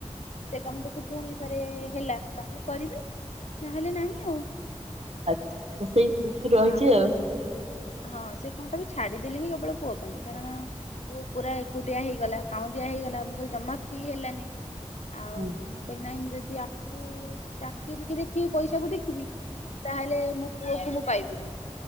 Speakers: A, on the left (about 70°); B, on the right (about 60°).
A: ସେ କାମ ଯଦି ପୁଣି ଥରେ-ଏ-ଏ-ଏ ହେଲା ତାହେଲେ କରିବି ନହେଲେ ନାହିଁ ଆଉ।
B: ଆଛା ସେଇ <unintelligible> ରହିଛି
A: ହଁ।
B: ଆଉ।
A: ହଁ ସେ କଣଟା ବି ଛାଡିଦେଲି ବି କେବଳ ପୁଅ ପାଇଁ କାରଣ-ଅ-ଅ ପୁଅ ପୁରା ଏକୁଟିଆ ହେଇଗଲା। କାଉଁ ଦିଆ ହେଇଗଲା ମୁଁ କହିଲି ଜମା ଫି ହେଲାନି। ଆଉ
B: ହୁଁ
A: ମୁଁ କହିଲି ନାହିଁ ମୁଁ ଯଦି ୟାକୁ-ଉ-ଉ ଚାକିରିକି ଦେଖିବି, ପଇସାକୁ ଦେଖିବି ତାହେଲେ ମୋ ପୁଅ କୁ ମୁଁ ପାଇବିନି।